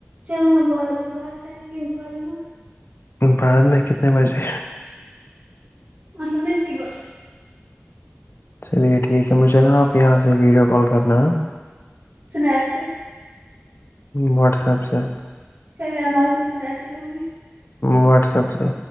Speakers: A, on the right; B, on the left.
A: چلو ہم بعد میں بات کریں گے اس بارے میں
B: بعد میں کتنے بجے
A: مطلب نا اس کے بعد
B: چلیے ٹھیک ہے مجھے نا آپ یہاں سے ویڈیو کال کرنا
A: سنا اپ سے
B: واٹس ایپ سے
A: چلیے اب آج سے سنیپ سے کروں گی
B: واٹس اپ سے